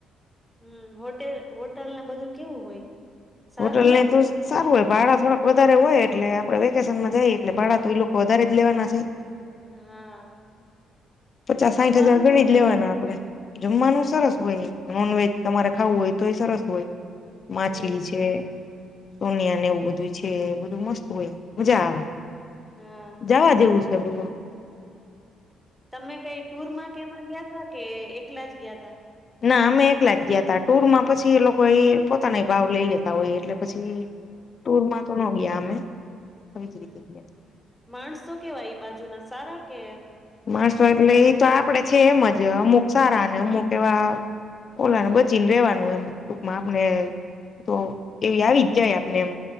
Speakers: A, in the centre; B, on the left (about 45°).
A: હમ્મ, હોટેલ હોટલ ને બધું કેવું હોય? સારું
B: હોટલ
A: હોય
B: ને એ તું સારું હોય, ભાડા થોડાક વધારે હોય, એટલે આપડે વેકેશન માં જઈએ, એટલે ભાડા તો એઈ લોકો વધારે જ લેવાના છે.
A: હા
B: પચાસ,
A: જમવાનું
B: સાઇઠ હજાર ગણી
A: કેવું
B: જ
A: હોય
B: લેવાના આપડે. જમવાનું સરસ હોય, નોનવેજ તમારે ખાવું હોય તો, એ સરસ હોય માછલી
A: હમ
B: છે. સોનિયા ને એવું બધું છે, બધું મસ્ત હોય મજા આવે.
A: હા
B: જવા જેવું છે ગોવા.
A: તમે કઈ ટુર માં કે એમાં ગયા તા? કે એકલા જ ગયા તા?
B: ના અમે એકલા જ ગયા તા, ટુર માં પછી એ લોકો એ પોતાના ભાવ લઈ લેતા હોય, એટલે પછી... ટૂરમાં તો ન ગયા અમે. આવી જ
A: હમ્મ,
B: રીતે ગયા હતા.
A: માણસો કેવા ઈ બાજુના સારા કે એમ?
B: માણસો એટલે એ તો આપડે છે એમ જ, અમુક સારા ને અમુક એવા. ઓલાને
A: હમ
B: બચીને રેવાનું એમ, ટૂકમાં આપને તો એવી આવી જ જાય આપને એમ.